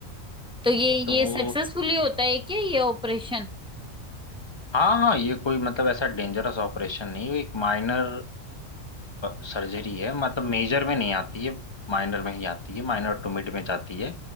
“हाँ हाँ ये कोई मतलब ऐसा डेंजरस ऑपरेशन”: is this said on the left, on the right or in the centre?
Left